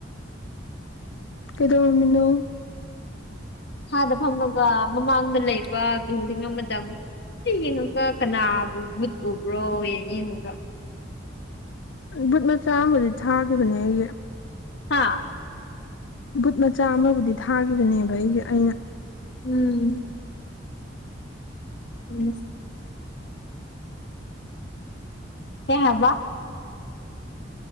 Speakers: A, on the left; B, on the left.
A: ꯀꯩꯗꯧꯔꯝꯃꯤꯅꯣ
B: ꯐꯥꯟꯗ ꯐꯝꯃꯒ ꯃꯃꯥꯡꯗ ꯂꯩꯕ ꯕꯤꯜꯗꯤꯡ ꯑꯃꯗ ꯑꯃꯨꯛ ꯌꯦꯡꯉꯒ ꯀꯅꯥꯕꯨ ꯃꯨꯠ ꯎꯕ꯭ꯔꯣ ꯌꯦꯡꯉ ꯌꯦꯡꯉꯒ
A: ꯑ ꯕꯨꯠ ꯃꯆꯥ ꯑꯝꯕꯨꯗꯤ ꯊꯥꯈꯤꯕꯅꯦ ꯑꯩꯒꯤ
B: ꯍꯥꯥ
A: ꯕꯨꯠ ꯃꯆꯥ ꯑꯃꯕꯨꯗꯤ ꯊꯥꯒꯤꯈꯤꯕꯅꯦꯕ ꯑꯩꯒꯤ ꯑꯩꯅ
B: ꯎꯝ ꯎꯝ ꯍꯤꯟꯖꯥꯥꯡ ꯍꯥꯎꯕꯔꯥ